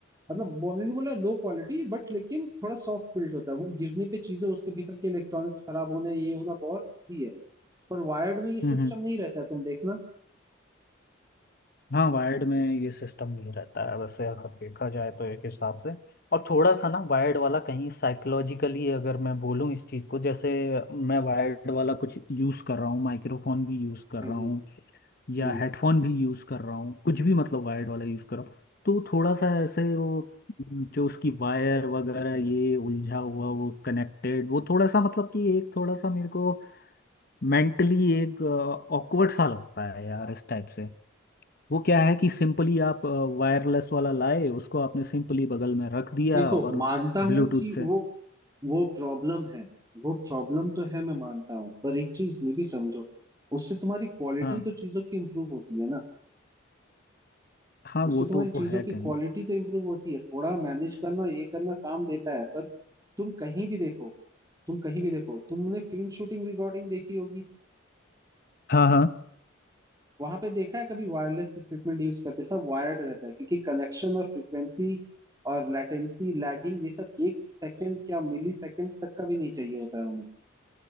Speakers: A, on the right (about 15°); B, on the left (about 50°).
A: मतलब वो मैंने बोला लो क्वालिटी बट लेकिन थोड़ा सॉफ्ट बिल्ट होता है वो गिरने पे चीजें उसके भीतर के इलेक्ट्रॉनिक्स खराब होना ये होना बहुत ही है पर वायर्ड में ये सिस्टम
B: हम्म हम्म,
A: नहीं रहता है तुम देखना
B: हाँ वायर्ड में ये सिस्टम नहीं रहता है वैसे अगर देखा जाए तो एक हिसाब से और थोड़ा सा ना वायर्ड वाला कहीं साइकोलॉजिकली अगर मैं बोलूँ इस चीज़ को जैसे मैं वायर्ड वाला कुछ यूज़ कर रहा हूँ माइक्रोफोन भी यूज़ कर
A: हम्म
B: रहा हूँ या
A: हम्म
B: हेडफोन भी यूज़ कर रहा हूँ कुछ भी मतलब वायर्ड वाला यूज़ कर रहा हूँ तो थोड़ा सा ऐसे वो जो उसकी वायर वगैरह ये उलझा हुआ वो कनेक्टेड वो थोड़ा सा मतलब कि एक थोड़ा सा मेरे को मेंटली एक ऑकवर्ड सा लगता है यार इस टाइप से वो क्या है कि सिंपली आप वायरलेस वाला लाए उसको आपने सिंपली बगल में रख दिया
A: देखो
B: और
A: मानता
B: ब्लूटूथ
A: हूं कि
B: से
A: वो वो प्रॉब्लम है वो प्रॉब्लम तो है मैं मानता हूँ पर एक चीज ये भी समझो उससे तुम्हारी क्वालिटी
B: हाँ
A: तो चीजों की इम्प्रूव होती है ना
B: हाँ
A: उससे
B: वो
A: तुम्हारी
B: तो
A: चीजों
B: है
A: की
B: कहीं
A: क्वालिटी तो इम्प्रूव होती है थोड़ा मैनेज करना ये करना काम देता है पर तुम कहीं भी देखो तुम कहीं भी देखो तुमने फिल्म शूटिंग रिकॉर्डिंग देखी होगी
B: हाँ हाँ
A: वहां पे देखा है कभी वायरलेस इक्विपमेंट यूज करते सब वायर्ड रहता है क्योंकि कनेक्शन और फ्रीक्वेंसी और लैटेंसी लैगिंग ये सब एक सेकंड क्या मिली सेकंड्स तक का भी नहीं चाहिए होता है उन्हें